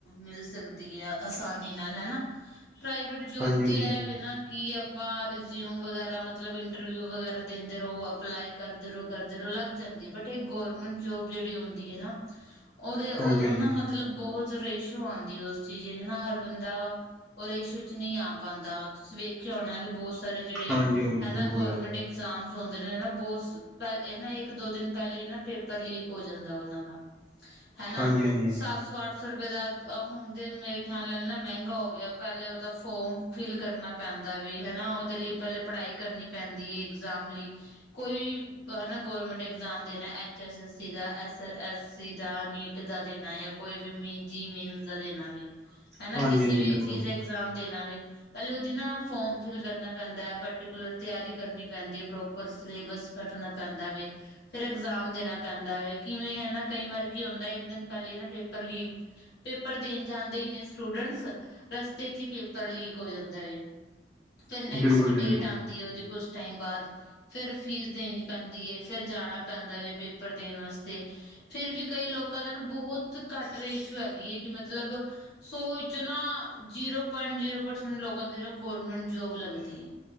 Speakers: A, on the left; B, in the centre.
A: ਮਿਲ ਸਕਦੀ ਹੈ। ਆਸਾਨੀ ਨਾਲ, ਹਨਾ ਪ੍ਰਾਈਵੇਟ ਜੋਬ
B: ਹਾਂਜੀ
A: ਤੇ
B: ਹਾਂਜੀ
A: ਇਹ ਵੀ ਨਾ ਕੀ ਆਪਾਂ ਰਿਜ਼ਿਊਮ ਵਗੈਰਾ ਮਤਲਬ ਇੰਟਰਵਿਊ ਵਗੈਰਾ ਦਿੰਦੇ ਰਹੋ ਅਪਲਾਈ ਕਰਦੇ ਰਹੋ ਕਰਦੇ ਇਧਰੋਂ ਲੱਗ ਜਾਂਦੀ। ਬਟ ਇੱਕ ਗੌਰਮੈਂਟ ਜੋੌਬ ਜਹੜੀ ਹੁੰਦੀ ਹੈ ਨਾ ਉਹਦੇ ਉਹਨਾਂ
B: ਹਾਂਜੀ ਹਾਂਜੀ
A: ਮਤਲਬ ਬਹੁਤ ਰੇਸ਼ੋ ਆਉਂਦੀ ਉਸ ਚੀਜ਼ ਚ ਨਾ। ਹਰ ਬੰਦਾ ਉਹ ਰੇਸ਼ੋ ਚ ਨਹੀਂ ਆ ਪਾਂਦਾ। ਤੁਸੀਂ ਵੇਖਿਆ ਹੋਣਾ ਕਿ ਬਹੁਤ ਸਾਰੇ ਜਿਹੜੇ
B: ਹਾਂਜੀ ਹਾਂਜੀ
A: ਹਨਾ
B: ਬਿਲਕੁਲ
A: ਗੌਰਰਮੈਂਟ ਇਗਜ਼ਾਮਸ ਹੁੰਦੇ ਨੇ ਹਨ ਬਹੁਤ ਪਹਿਲੇ ਨਾ ਇੱਕ -ਦੋ ਦਿਨ ਪਹਿਲੇ ਨਾ ਪੇਪਰ ਲੀਕ ਹੋ ਜਾਂਦਾ ਉਹਨਾਂ ਦਾ। ਹਨਾ
B: ਹਾਂਜੀ ਹਾਂਜੀ
A: ਸੱਤ ਸੌ -ਅੱਠ ਸੌ ਰੁਪਏ ਦਾ ਹੁਣ ਤੇ ਮੇਰੇ ਖਿਆਲ ਨਾਲ ਨਾ ਮਹਿੰਗਾ ਹੋ ਗਿਆ ਪਹਿਲੇ ਉਹਦਾ ਫੋਮ ਫਿਲ ਕਰਨਾ ਪੈਂਦਾ ਵੀ ਹਨਾ ਉਹਦੇ ਲਈ ਪਹਿਲੇ ਪੜ੍ਹਾਈ ਕਰਨੀ ਪੈਂਦੀ ਹੈ ਇਗਜ਼ਾਮ ਲਈ। ਕੋਈ ਵੀ ਹੈ ਨਾ ਗੌਰਮੈਂਟ ਇਗਜ਼ਾਮ ਦੇਣਾ ਐੱਚ ਐੱਸ ਐੱਸ ਸੀ ਦਾ ਐੱਸ ਐੱਸ ਸੀ ਦਾ ਨੀਟ ਦਾ ਦੇਣਾ ਆ ਕੋਈ ਵੀ ਮਿੱਗੀ ਮਿਲਸ ਦਾ ਦੇਣਾ ਵੇ।
B: <unintelligible>
A: ਹਨਾ ਕਿਸੇ
B: ਹਾਂਜੀ
A: ਵੀ
B: ਬਿਲਕੁਲ
A: ਚੀਜ਼ ਦਾ ਇਗਜ਼ਾਮ ਦੇਣਾ ਵੇ। ਪਹਿਲੇ ਉਹਦੀ ਨਾ ਫੋਰਮ ਫਿਲ ਕਰਨਾ ਪੈਂਦਾ। ਪਰਟੀਕੁਲਰ ਤਿਆਰੀ ਕਰਨੀ ਪੈਂਦੀ ਹੈ। ਪ੍ਰੋਪਰ ਸਿਲੇਬਸ ਪੈਂਦਾ ਵੇ। ਫਿਰ ਇਗਜ਼ਾਮ ਦੇਣਾ ਪੈਂਦਾ ਹੈ ਕਿਵੇਂ ਹਨਾ ਕਈ ਵਾਰੀ ਕੀ ਹੁੰਦਾ ਇੱਕ ਦਿਨ ਪਹਿਲੇ ਨਾ ਪੇਪਰ ਲੀਕ ਪੇਪਰ ਦੇਣ ਜਾਂਦੇ ਹੀ ਨੇ ਸਟੂਡੈਂਟਸ ਰਸਤੇ 'ਚ ਹੀ ਪੇਪਰ ਲੀਕ ਹੋ ਜਾਂਦਾ ਹੈ। ਫਿਰ ਨੈਕਸਟ
B: ਬਿਲਕੁਲ ਜੀ ਬਿਲਕੁਲ
A: ਡੇਟ ਆਉਂਦੀ ਹੈ ਉਹਦੀ ਕੁਛ ਟਾਈਮ ਬਾਅਦ। ਫਿਰ ਫੀਸ ਦੇਣੀ ਪੈਂਦੀ ਹੈ। ਫਿਰ ਜਾਣਾ ਪੈਂਦਾ ਵੇ ਪੇਪਰ ਦੇਣ ਵਾਸਤੇ। ਫਿਰ ਵੀ ਕਈ ਲੋਕਾਂ ਦਾ ਬਹੁਤ ਘੱਟ ਰੇਸ਼ੋ ਹੈਗੀ ਹੈ ਕਿ ਮਤਲਬ ਸੌ ਵਿੱਚੋ ਨਾ ਜੀਰੋ ਪੁਆਇੰਟ ਜੀਰੋ ਪਰਸੈਂਟ ਲੋਕਾਂ ਦੀ ਨਾ ਗੌਰਮੈਂਟ ਜੋਬ ਲੱਗਦੀ ਹੈ।